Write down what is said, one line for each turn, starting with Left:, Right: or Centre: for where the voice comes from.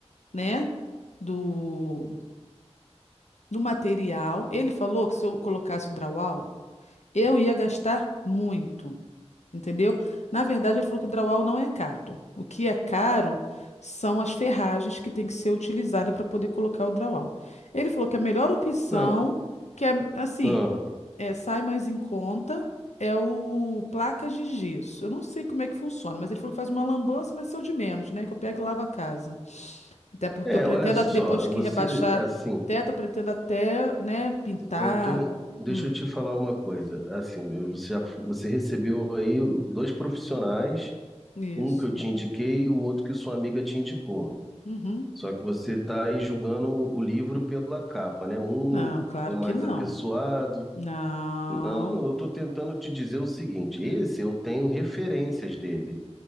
Left: né? Do, do material. Ele falou que se eu colocasse o drywall, eu ia gastar muito entendeu? Na verdade, ele falou que o drywall não é caro. O que é caro são as ferragens que tem que ser utilizada para poder colocar o drywall. Ele falou que a melhor opção,
Centre: Não,
Left: que é assim,
Centre: ah,
Left: é, sai mais em conta, é o placas de gesso. Eu não sei como é que funciona, mas ele falou que faz uma lambança, mas isso é o de menos, né? Que eu pego e lavo a casa. Até porque
Centre: é,
Left: eu pretendo,
Centre: olha só,
Left: a- depois que
Centre: você,
Left: rebaixar
Centre: assim,
Left: o teto, eu pretendo até, né, pintar.
Centre: eu tenho, deixa
Left: Hum,
Centre: eu te falar uma coisa. Assim, eu- você já, você recebeu aí dois profissionais,
Left: isso.
Centre: um que eu te indiquei e o outro que sua amiga te indicou.
Left: Uhum.
Centre: Só que você está aí julgando o livro pela capa, né? Um
Left: Não, claro
Centre: é mais
Left: que não.
Centre: apessoado,
Left: Não.
Centre: Não, eu estou tentando te dizer o seguinte: esse eu tenho referências dele.